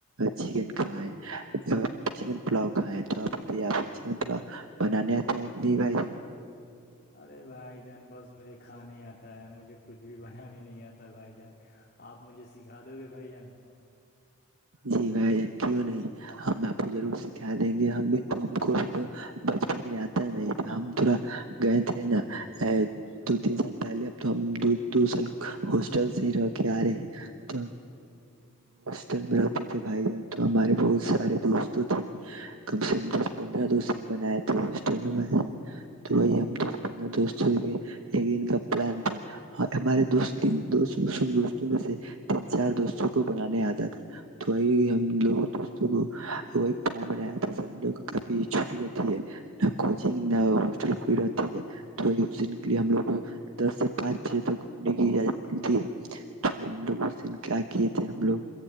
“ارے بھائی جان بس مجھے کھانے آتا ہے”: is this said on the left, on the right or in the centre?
Left